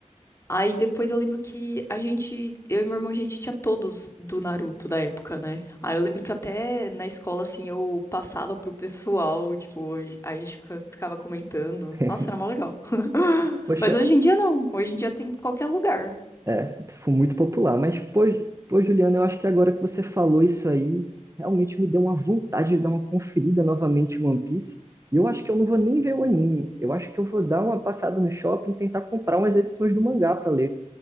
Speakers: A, on the left (about 20°); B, on the right (about 25°).
A: Aí depois eu lembro que a gente, eu e meu irmão, a gente tinha todos do Naruto da época, né? Aí eu lembro que até na escola, assim, eu passava pro pessoal, tipo, aí a gente fica- ficava comentando.
B: <laughs>
A: Nossa, era mó legal. <laughs>
B: Poxa,
A: Mas hoje em dia não. Hoje em dia tem em qualquer lugar.
B: é, foi muito popular. Mas, pô, pô, Juliana, eu acho que agora que você falou isso aí, realmente me deu uma vontade de dar uma conferida novamente em One Piece. E eu acho que eu não vou nem ver o anime. Eu acho que eu vou dar uma passada no shopping, e tentar comprar umas edições do mangá para ler.